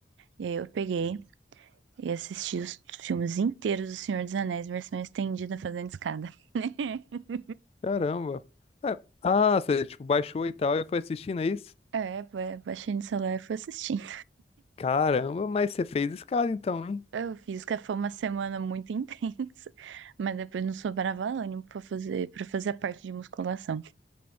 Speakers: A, on the right; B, on the left.
A: E aí eu peguei, E assisti os filmes inteiros do Senhor dos Anéis, versão estendida, fazendo escada. <laughs>
B: Caramba. É, Ah, você, tipo, baixou e tal e foi assistindo, é isso?
A: é, baixei no celular e fui assistindo.
B: Caramba, mas você fez escala então, hein?
A: Eu fiz que foi uma semana muito intensa, mas depois não sobrava ânimo pra fazer, para fazer a parte de musculação.